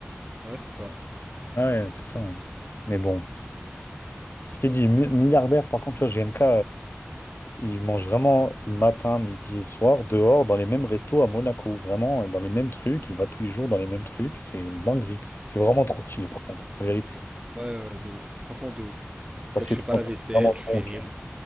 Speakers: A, on the right; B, on the left.
A: Ouais, c'est ça.
B: Ouais, c'est ça. hein. Mais bon, je t'ai dit, mi- milliardaire, par contre, tu vois, GMK. Ils mangent vraiment le matin, midi et soir dehors dans les mêmes restos à Monaco. Vraiment dans les mêmes trucs. Il va tous les jours dans les mêmes trucs. C'est une dinguerie. C'est vraiment trop stylé par contre, la vérité.
A: Ouais, ouais, ouais, de ouf. Franchement, de ouf.
B: Passer
A: Peut-être tu fais
B: trop
A: pas la
B: de
A: vaisselle,
B: temps, c'est vraiment
A: tu fais
B: bon,
A: rien.
B: tu vois.